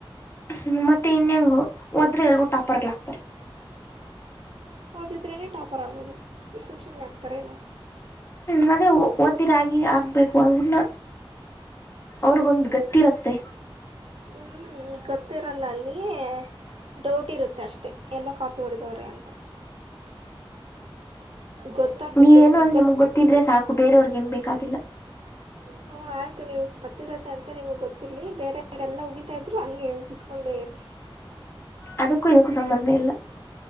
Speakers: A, on the left; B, on the right.
A: ಹ್ಮ ಮತ್ತೆ ಇನ್ಯಂಗ ಹೋದ್ರೆ ಎಲ್ರರು ಟಾಪರ್ಗಳಾಗಕ್ತಾರೆ
B: ಓದಿದ್ರೆೇ ಟಾಪರ್ ಆಗೋದು ಈ ಸುಮ ಸುಮಗೆ ಹಾಕ್ತಾರೆೇನುಾ
A: ಮದೇ ಒಓದ್ದಿರಾಗಿೆ ಆಗ್ಬೇಕು ಅವ್ರನ್ನ ಅವ್ರಗೊಂದು್ ಗತ್ತಿರತ್ತೆ
B: ಹ್ಮ್ ಗೊತ್ತಿರಲ್ಲ ಅಲ್ಲಿ ಡೌಟ್ ಇರುತ್ತೆ ಅಷ್ಟೇ ಎಲ್ಲೋ ಕಾಪಿ ಹೊಡೆದವ್ರಿ ಅಂತ ಗೊತ್ತಂತ
A: ನೀವೇನೋ
B: ಗೊತ್ತು
A: ಅಂತ
B: ಗೊತ್ತು
A: ನಿಮ್ಗ್ ಗೊತ್ತಿದ್ರೆ ಸಾಕು ಬೇರೆಯವರ್ಗ ನ್ ಬೇಕಾಗಿಲ್ಲ
B: ಹ್ಮ ಆಯ್ತು ನೀವು ಬತ್ತಿರತ್ತೆ ಅಂತ ನಿಮ್ಗೆ ಗೊತ್ತಿಲಿ ಬೇರೆಯವರೆಲ್ಲ ಉಗಿತಾ ಇದ್ರು ಹಂಗೆ ಉಗಿಸ್ಕೊಂಡೇ ಇರಿ
A: ಅದಕ್ಕೂ ಇಕ್ಕ ಸಂಬಂಧ ಇಲ್ಲ